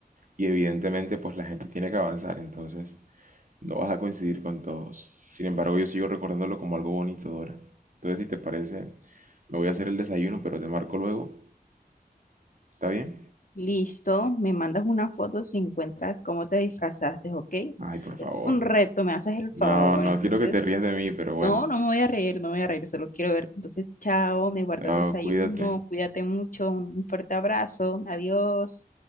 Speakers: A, on the right; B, on the left.
A: y evidentemente pues la gente tiene que avanzar, entonces no vas a coincidir con todos. Sin embargo, yo sigo recordándolo como algo bonito, Dora. Entonces, si te parece, me voy a hacer el desayuno, pero te marco luego. ¿Está bien?
B: Listo, me mandas una foto si encuentras cómo te disfrazaste, ¿ok?
A: Ay, por favor.
B: Es un reto, me haces el
A: No,
B: favor. Bueno,
A: no
B: entonces,
A: quiero que te rías de mí, pero bueno.
B: no, no me voy a reír, no me voy a reír, solo quiero verte. Entonces, chao, me guardas
A: Chao,
B: desayuno,
A: cuídate.
B: cuídate mucho, un un fuerte abrazo, adiós.